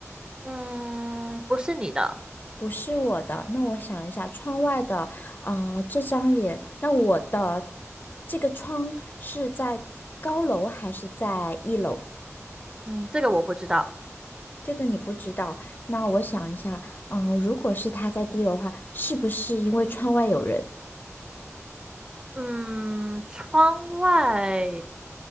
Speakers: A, on the right; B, on the left.
A: 嗯，不是你的。
B: 不是我的。那我想一下，窗外的啊、呃这张脸，那我的这个窗是在高楼还是在一楼？
A: 嗯，这个我不知道。
B: 这个你不知道。那我想一下，嗯、如果是他在低楼的话，是不是因为窗外有人？
A: 嗯，窗外，